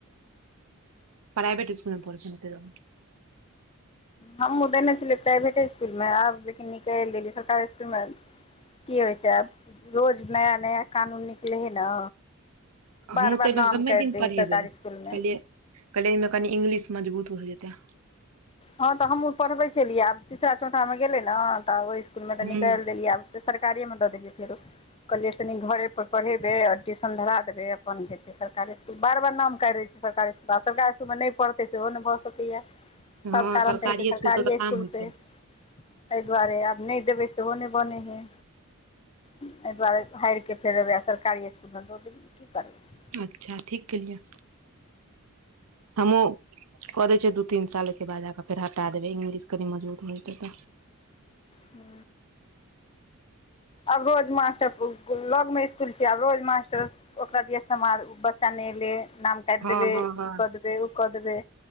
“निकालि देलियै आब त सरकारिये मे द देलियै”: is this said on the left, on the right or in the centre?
Left